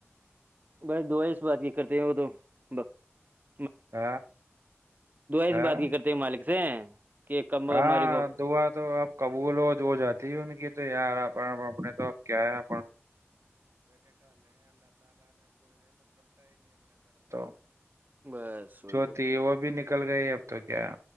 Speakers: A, on the right; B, on the right.
A: بائی دعا اس بات کی کرتے ہیں وہ تو ب
B: ہ ہ
A: اس بات کی کرتے ہیں مالک سے کہ کم
B: ہاں
A: ہماری کو
B: دعا تو اب قبول ہو ہو جاتی ہے ان کی تو یار آپنے تو اب کیا ہے <unintelligible>
A: بس وہی
B: جو
A: ہے
B: تھی وہ بھی نکل گئی اب تو کیا